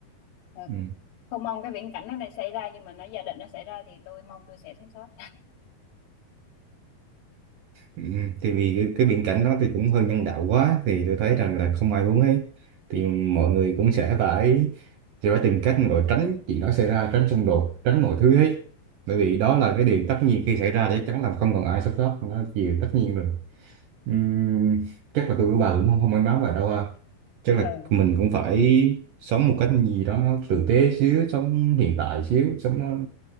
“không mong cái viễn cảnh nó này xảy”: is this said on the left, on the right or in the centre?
Left